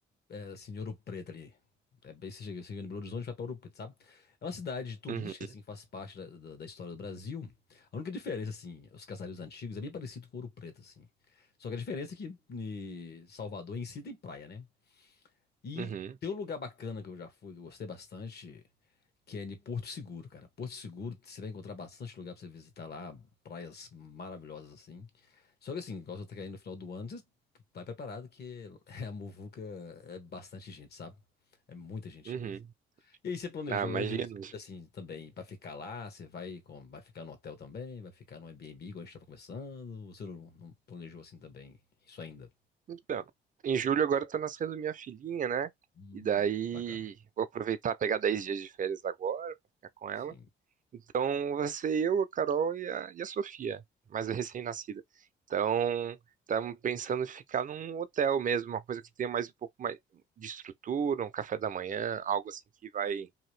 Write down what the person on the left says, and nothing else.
é, assim, em Ouro Preto ali. É bem, você chega, você chega em Belo Horizonte, vai para Ouro Preto, sabe? É uma cidade turística,
assim, que faz parte da, da- da história do Brasil. A única diferença, assim, os casareiros antigos é bem parecido com Ouro Preto, assim. Só que a diferença é que em Salvador em si tem praia, né? E
tem um lugar bacana que eu já fui, que eu gostei bastante, que é em Porto Seguro, cara. Porto Seguro, você vai encontrar bastante lugar pra você visitar lá, praias maravilhosas assim. Só que assim, igual você tá caindo no final do ano, você vai preparado que <laughs> a muvuca é bastante gente, sabe? É muita gente
mesmo. E aí você planejou
aí de, assim, também, pra ficar lá, você vai, com, vai ficar no hotel também, vai ficar no Airbnb, igual a gente tava conversando, ou você não, não planejou assim também, isso ainda?
Hum,
bacana.
Sim.